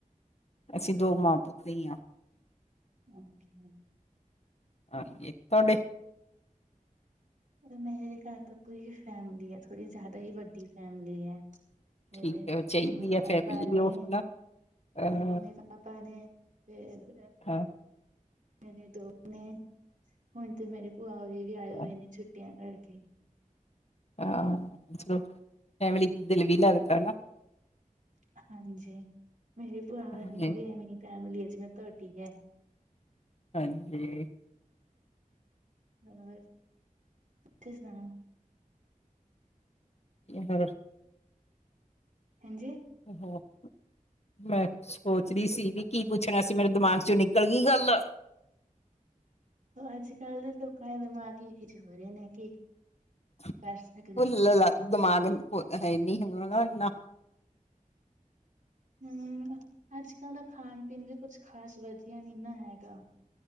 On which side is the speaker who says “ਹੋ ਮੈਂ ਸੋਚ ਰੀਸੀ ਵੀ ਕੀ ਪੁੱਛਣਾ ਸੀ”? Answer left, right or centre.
Left